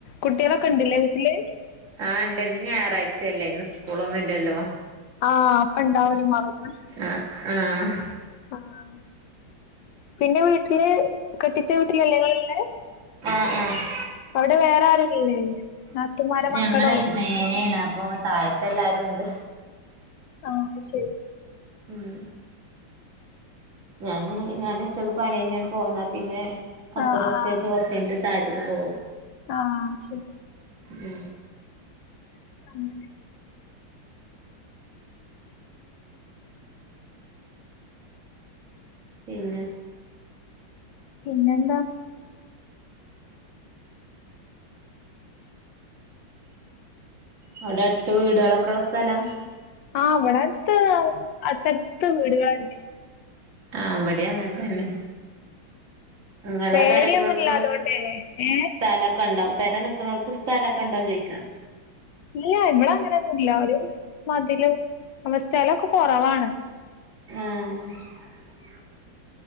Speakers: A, on the left; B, on the right.
A: കുട്ടിയളൊക്കെ ഇണ്ട് ഇല്ലേ വീട്ടില്
B: ആഹ് ഇണ്ട് ഇന്ന് ഞായറാഴ്ചയല്ലേ ഇന്ന് സ്കൂളൊന്നും ഇല്ലല്ലോ
A: ആഹ് അപ്പ ഇണ്ടാവല് മറന്ന്
B: ആഹ് ആഹ്
A: ആഹ് പിന്നെ വീട്ടില് കെട്ടിച്ച വീട്ടിലല്ലെ നിങ്ങള്ള് ഇള്ളെ
B: ആഹ് ആഹ്
A: അവടെ വേറാരുല്ലേ നാത്തുമാരെ മക്കളോ
B: ഞങ്ങളെ മേലെയാണ് അപ്പോ- താഴത്ത് എല്ലാരും ഉണ്ട്
A: ആഹ് അത് ശരി
B: ഉം ഞാൻ ഞാൻ ഉച്ചക്ക് പണി കഴിഞ്ഞ് ഇങ്ങ് പോന്ന പിന്നെ അസർ
A: ആഹ്
B: നിസ്കരിച്ചിട്ട്
A: ആഹ്
B: കൊറച്ച് കഴി ട്ട് താഴത്ത്ക്ക് പോകും
A: ആഹ് അയ് ശരി
B: ഉം
A: എന്താ അങ്ങനെ
B: പിന്നെ
A: പിന്നെന്താ
B: അവിടെ അടുത്ത് വീടുകളൊക്കെയുള്ള സ്ഥലാ
A: ആഹ് ഇവിടെ അടുത്ത് അടുത്ത അടുത്ത് വീടുകൾ തന്നെ
B: ആഹ് ഇവിടെയും അങ്ങനെ തന്നെ ഇങ്ങളെ
A: പേടിയൊന്നുല്ല
B: പെര നിക്ക്ണടുത്ത്
A: അതുകൊണ്ടേ ഏഹ്
B: സ്ഥലമൊക്കെ ഒണ്ടോ പെര നി നിക്കണട്ത് സ്ഥലൊക്കെ ഒണ്ടോ ചോയിക്കാ
A: ഇല്ല ഇവിടെ അങ്ങനെയൊന്നുല്ല ഒരു മതിലു അമ സ്ഥലൊക്കെ കൊറവാണ്.
B: ആഹ്